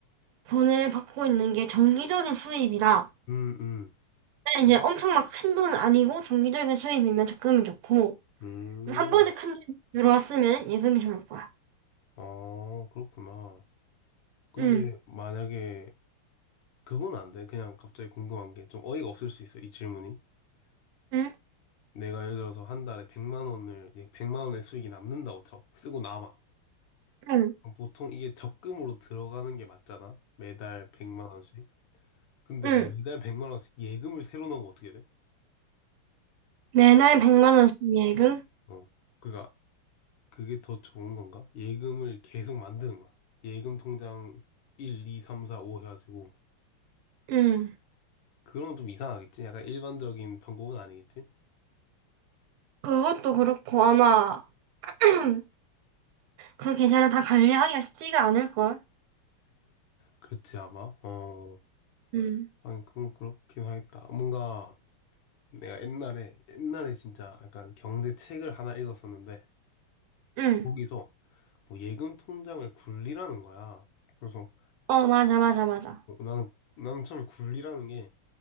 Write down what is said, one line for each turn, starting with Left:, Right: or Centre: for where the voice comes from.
Right: 돈을 받고 있는 게 정기적인 수입이다.
Left: 음, 음,
Right: 근데 이제 엄청 막 큰 돈은 아니고 정기적인 수입이면 적금이 좋고
Left: 음.
Right: 한 번에 큰 돈 들어왔으면 예금이 좋을 거야.
Left: 어, 그렇구나. 근데
Right: 응,
Left: 만약에 그건 안 돼. 그냥 갑자기 궁금한 게 좀 어이가 없을 수 있어. 이 질문이.
Right: 응,
Left: 내가 예를 들어서 한 달에 100만 원을 100만 원의 수익이 남는다고 쳐. 쓰고 남아.
Right: 응.
Left: 그럼 보통 이게 적금으로 들어가는 게 맞잖아. 매달 100만 원씩. 근데
Right: 응.
Left: 매달 100만 원씩 예금을 새로 넣으면 어떻게 돼?
Right: 매달 100만 원씩 예금?
Left: 어. 그니까 그게 더 좋은 건가? 예금을 계속 만드는 거야. 예금 통장 1, 2, 3, 4, 5 해가지고
Right: 응.
Left: 그런 건 좀 이상하겠지? 약간 일반적인 방법은 아니겠지?
Right: 그것도 그렇고 아마 <clears throat> 그 계좌를 다 관리하기가 쉽지가 않을걸?
Left: 그렇지 아마. 어.
Right: 응.
Left: 아니 그건 그렇긴 하겠다. 뭔가 내가 옛날에 옛날에 진짜 약간 경제 책을 하나 읽었었는데
Right: 응.
Left: 거기서 뭐 예금 통장을 굴리라는 거야. 그래서
Right: 어, 맞아, 맞아, 맞아.
Left: 어, 나는 나는 처음에 굴리라는 게